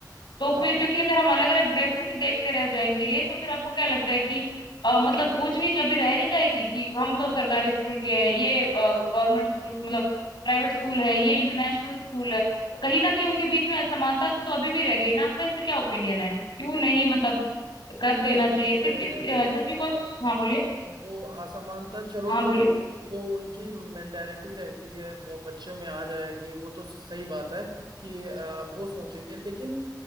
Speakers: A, on the left; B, on the right.
A: तो
B: आ,
A: फिर क्योंकि अगर हम अलग अलग ड्रेसेस ही देखते रह जाएंगे तो फिर आपको क्या लगता है कि अ, मतलब ऊंच नीच अभी रह नहीं जाएगी कि हम तो सरकारी स्कूल के हैं ये गवर्नमेंट स्कूल मतलब प्राइवेट स्कूल है ये इंटरनेशनल स्कूल है तो कहीं ना कहीं उनके बीच में असमानता तो अभी भी रह गई ना आपका इस पे क्या ओपिनियन है क्यों नहीं मतलब कर
B: नहीं
A: देना चाहिए सिर्फ
B: नहीं नहीं
A: इस
B: नहीं
A: अ, जिस भी को हाँ बोलिए
B: वो असमानता चलो
A: हाँ
B: ठीक
A: बोलिए
B: है वो उनकी मेंटेलिटी रहती है वो बच्चों में आ जाएगी वो तो सही बात है कि आ, वो सोचेंगे लेकिन